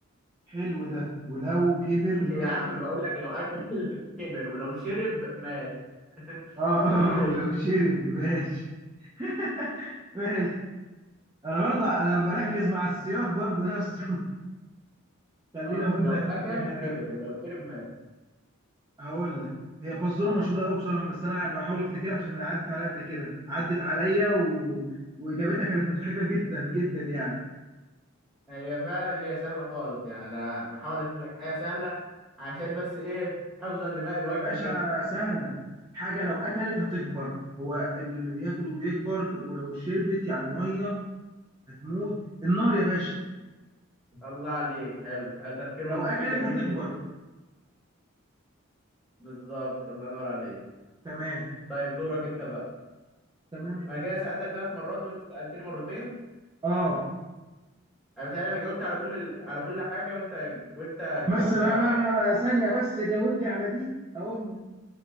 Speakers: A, on the right; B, in the centre.
A: حلو ده ولو كبر
B: يا
A: مات
B: عم بقول لك لو اكل <laughs> كبر ولو شرب مات <laughs> انت
A: اه اه
B: بتقول ايه
A: ولو شرب ماشي <laughs> ماشي انا برضه انا بركز مع السياق برضه نفسه <laughs> خليني
B: اه
A: اقول
B: لو
A: لك
B: اكل
A: آه،
B: كبر ولو شرب مات
A: هقول لك هي فزوره مشهوره قوي بصراحه بس انا بحاول افتكرها عشان عدت عليا قبل كده عدت عليا و... واجابتها كانت مضحكه جدا جدا يعني
B: هي فعلا هي سهله خالص يعني انا بحاول اشوف لك حاجه سهله عشان بس ايه حفظا لماء الوجه
A: يا باشا
B: كده
A: سهله حاجه لو اكلت هتكبر هو اللي بياكل وبيكبر ولو شربت يعني ميه هتموت النار يا باشا
B: الله عليك حلو حلو تفكير
A: لو
B: منطقي
A: اكلت
B: جميل
A: هتكبر
B: جدا بالظبط الله ينور عليك
A: تمام
B: طيب دورك انت بقى
A: تمام يا باشا
B: انا كده سألتك ثلاث مرات وانت سألتني مرتين
A: اه
B: انا بتهيألي انا جاوبت على كل ال... على كل حاجه وانت وانت
A: طب
B: جاوبت
A: بس بقى
B: على
A: بقى بقى بقى ثانيه بس جاوب لي على دي هقول لك